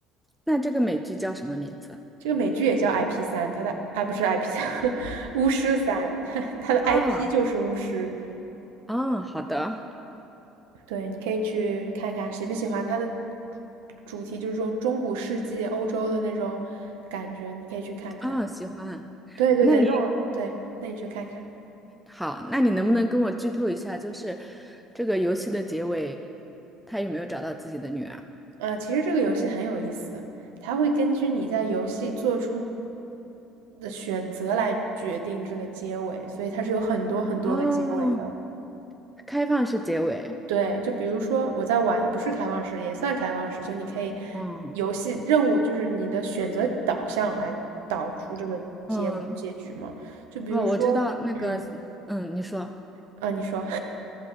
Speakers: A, in the centre; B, on the right.
A: 那这个美剧叫什么名字？
B: 这个美剧也叫 IP 三，它的啊不是 IP 三，<laughs> 巫师三，<laughs> 它的
A: 啊
B: IP 就是巫师。
A: 啊，好的
B: 对，你可以去看看喜不喜欢它的主题，就是这种中古世纪欧洲的那种感觉，你可以去看看。
A: 啊，喜欢。
B: 对对对，
A: 那你
B: 那我对，那你去看看。
A: 好，那你能不能跟我剧透一下，就是这个游戏的结尾，他有没有找到自己的女儿？
B: 呃，其实这个游戏很有意思，它会根据你在游戏做出的选择来决定这个结尾，所以它是有很多很多个结尾的。
A: 哦，开放式结尾。
B: 对，就比如说我在玩，不是开放式，也算开放式，就你可以
A: 嗯
B: 游戏任务就是你的选择导向来导出这个结结局嘛。
A: 嗯，
B: 就比如说，
A: 哦，我知道那个，
B: 嗯，
A: 嗯，你说。
B: 啊，你说，